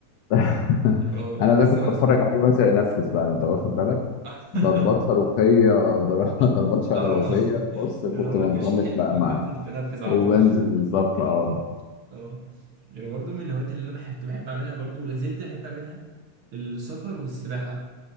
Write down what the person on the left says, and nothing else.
<laughs>
انا ده
كنت
بتفرج عليه وانزل انفذ بقى انت واخد بالك
ضربات صاروخيه ضر- <laughs> ضربات شعلبازيه
بص
كنت
بنطلق
بقى
معاه
وبنزل
بالظبط اه